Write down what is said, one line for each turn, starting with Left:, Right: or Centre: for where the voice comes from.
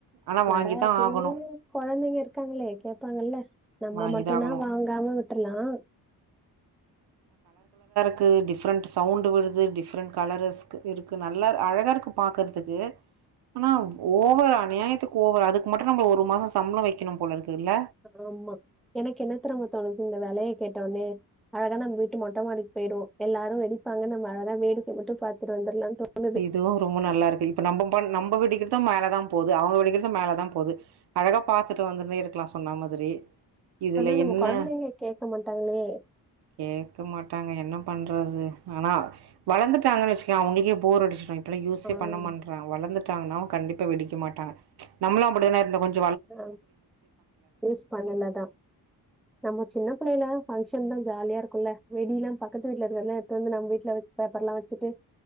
Right: ஆனால்
Centre: வராது
Right: வாங்கி தான் ஆகணும்
Centre: குழந்தைங்க இருக்காங்களே கேட்பாங்கல்ல நம்ம
Right: வாங்கி
Centre: மட்டுனா
Right: தான் ஆகணும்
Centre: வாங்காம விட்டுரலாம்
Right: இது டிஃப்ரெண்ட் சவுண்ட் வருது டிஃப்ரெண்ட் கலரஸ் இருக்கு நல்லா அழகா இருக்கு பக்கறதுக்கு ஆனா ஓவர் அநியாயத்துக்கு ஓவர் அதுக்கு மட்டும் நம்ம ஒரு மாச சம்பளம் வைக்கணும் போல இருக்கு இல்ல
Centre: ஆமா எனக்கு என்னத்தெரியுமா தோணுது விலைய கேட்டோனே அழகா நம்ம வீட்டு மொட்டைமாடிக்கு போயிடுவோம் எல்லாரும் வெடிப்பாங்க நம்ம அழகா வேடிக்க இத மட்டும் பாார்த்துட்டு வந்துடலாம்னு தோணுது
Right: இதுவு ரொம்ப நல்லா இப்ப நம்ம நம்ம வெடிக்கிறதும் மேலதான் போகுது அவன் வெடிக்கிறதும் மேலதான் போகுது அழகா பார்த்துட்டு வந்துன்னே இருக்கலாம் சொன்ன மாதிரி இதுல
Centre: ஆனா நம்ம
Right: என்ன
Centre: குழந்தைங்க கேட்க மாட்டாங்களே
Right: கேட்க மாட்டாங்க என்ன பண்றது ஆனா வளர்ந்துட்டு ட்டாங்க வச்சுக்க அவங்களுக்கே போர் அடிச்சுடும் இன்ன யூஸே
Centre: ஆஹ்
Right: பண்ண மாட்டறான் வளர்ந்துட் தானா கண்டிப்பா வெடிக்க மாட்டாங்க நம்ளும் அப்படிதான் இருந்தோம் கொஞ்ச
Centre: ஆ யூஸ் பண்ணல தான் நம்ம சின்ன சென்னையில பங்க்ஷன் தான் ஜாலியா இருக்கும்ல்ல வெடிலல்லாம் பக்கத்து வீட்டுல இருக்கிறதல்லாம் எடுத்து வந்து நம் வீட்ல பேப்பர் எல்லாம் வச்சுட்டு